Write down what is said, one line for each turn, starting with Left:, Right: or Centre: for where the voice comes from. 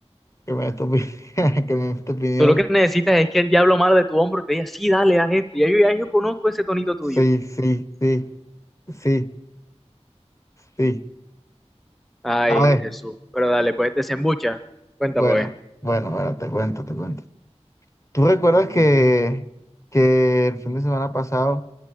Left: que me des tu opinión, <laughs> que me des tu opinión.
Centre: Tú lo que necesitas es que el diablo malo de tu hombro te diga, sí, dale, haz esto. Ya yo, ya yo conozco ese tonito tuyo.
Left: Sí, sí, sí, sí, sí.
Centre: Ay,
Left: A ver,
Centre: Jesús. Pero dale, pues, desembucha. Cuéntame,
Left: bueno,
Centre: pues.
Left: bueno, bueno, te cuento, te cuento. ¿Tú recuerdas que, que el fin de semana pasado